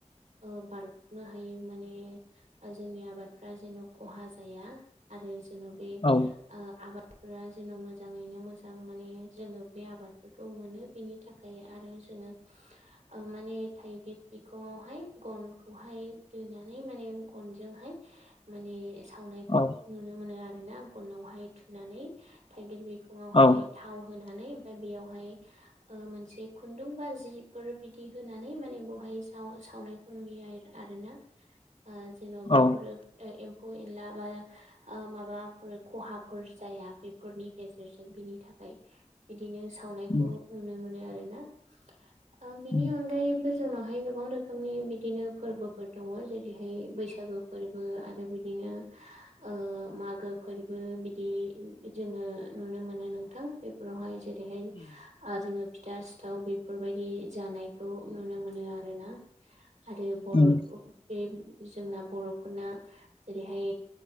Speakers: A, on the right; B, on the left.
A: ओ बारनो हायो माने ओ‌ जोंनि आबाद फ्रा जेन' खहा जाया आरो जेन' बे
B: औ
A: ओ आबाद फ्रा जेन' मोजाङैनो मोजां माने जोङो बे आबादफोरखौ मोनो बिनि थाखाय आरो जोङो ओ माने थाइगिर बिखङावहाय गनखौहाय दोनानै माने गनजोंहाय माने सावनायखौ
B: औ
A: नुनो मोनो आरोना गनावहाय थुनानै थाइगिर बि खंयाव हाय
B: औ
A: थाव होना होनानै ओमफ्राय बे‌आवहाय ओ मोनसे खुनदुंबा जिफोर बिदि होनानै माने बहाय साव सावनायखौ नुयो आरोना जेन' बेफोरो
B: औ
A: ओ एम्फौ फौ एनला बा ओ माबाफोर खहाफोर जाया बेफोरनि गेजेरजों बिनि थाखाय फ्राय बिदिनो सावनायखौ
B: उम
A: नुनो मोनो आरोना ओ बिनि
B: उम
A: अनगायैबो जोंनावहाय गोबां रोखोमनि बिदिनो फोरबोफोर दङ जेरैहाय बैसागु फोरबो आरो बिदिनो नो‌ ओ मागो फोरबो बिदि जोङो नुनो मोनो नोंथां बेफोरावहाय जेरैहाय ओ जोङो फिथा सिथाव बेफोरबायदि जानायखौ नुनो मोनो आरोना आरो बर'
B: उम
A: बे जोंना बर'फोरना जेरैहाय